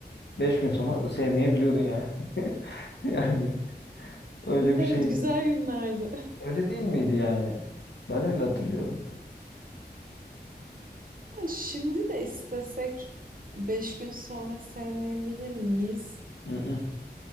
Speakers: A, on the left; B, on the right.
A: 5 gün sonra sevmeyebiliyordun yani. <laughs> Yani öyle
B: Evet,
A: bir şeydi.
B: güzel günlerdi.
A: Öyle değil miydi yani? Ben öyle hatırlıyorum.
B: Şimdi de istesek beş gün sonra sevmeyebilir miyiz?
A: Mm-mm.